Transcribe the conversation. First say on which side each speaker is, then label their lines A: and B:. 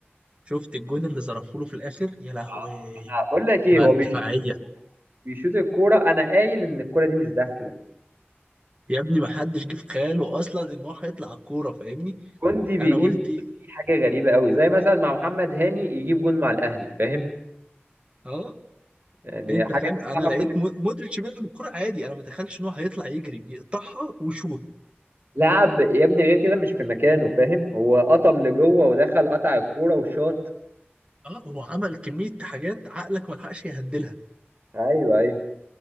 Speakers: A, on the right; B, on the right.
A: شفت الجون اللي ظرفوا له في الآخر يا لهوي
B: آه، انا بقول لك ايه
A: ما
B: هو
A: دفاعية
B: بيشوط الكورة- بيشوط الكوره انا قايل ان الكوره دي مش داخله
A: يا ابني ما حدش جه في خياله أصلا إن هو هيطلع على الكورة فاهمني
B: كوندي بيجيب
A: أنا قلت
B: جون
A: إيه؟
B: دي حاجه غريبه قوي زي مثلا مع محمد هاني يجيب جون مع الاهلي فاهم
A: أه
B: يعني
A: أنت
B: حاجه
A: فاهم
B: تسمعها
A: أنا لقيت
B: كل
A: مو- مودريتش بيلعب الكورة عادي أنا ما تخيلش إن هو هيطلع يجري يقطعها وشوط
B: لعب يا ابني غير كده مش في مكانه فاهم هو قطم لجوه ودخل قطع الكوره وشاط
A: أه هو عمل كمية حاجات عقلك ما لحقش يهندلها
B: ايوه ايوه